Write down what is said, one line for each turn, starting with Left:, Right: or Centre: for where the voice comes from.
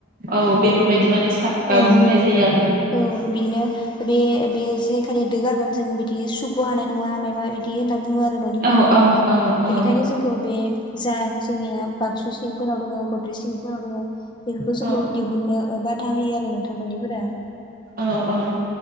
Right: औ बेफोरबायदि माने फा ओ
Left: औ
Right: बुंनाय जायो आ
Left: औ बिदिनो बे बे जेग खालि दो गारगोन जों बिदि सुग' हानाय नङा मायबा बिदि हि होनना बुङो आरो न'निफोरा।
Right: औ औ औ औ
Left: बेनिखायनो जोंखौ बे जा जोंनिया बाक्सु सिंफोराव दङो गद्रि सिंफोराव दङो बेफोरखौ जोंखौ
Right: औ
Left: दिहुननो बाधा होयो आरो नोंथां न'निफोरा।
Right: औ औ।